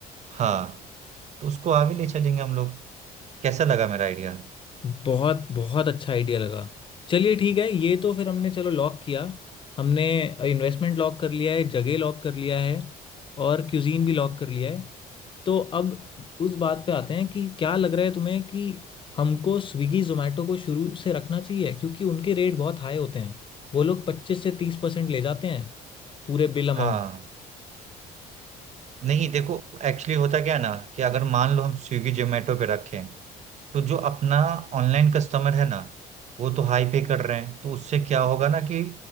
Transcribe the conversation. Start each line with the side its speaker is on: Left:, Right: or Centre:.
Right: हाँ तो उसको आगे ले चलेंगे हम लोग कैसा लगा मेरा आइडिया
Left: बहुत बहुत अच्छा आइडिया लगा चलिए ठीक है ये तो फिर हमने चलो लॉक किया हमने इन्वेस्टमेंट लॉक कर लिया है जगह लॉक कर लिया है और क्यूजीन भी लॉक कर लिया है तो अब उस बात पे आते हैं कि क्या लग रहा है तुम्हें कि हमको स्विगी जोमेटो को शुरू से रखना चाहिए क्योंकि उनके रेट बहुत हाई होते हैं वो लोग पच्चीस से तीस परसेंट ले जाते हैं पूरे बिल अमाउंट
Right: हाँ नहीं देखो एक्चुअली होता क्या है ना कि अगर मान लो हम स्विगी जोमेटो पे रखें तो जो अपना ऑनलाइन कस्टमर है ना वो तो हाई पे कर रहे हैं तो उससे क्या होगा ना कि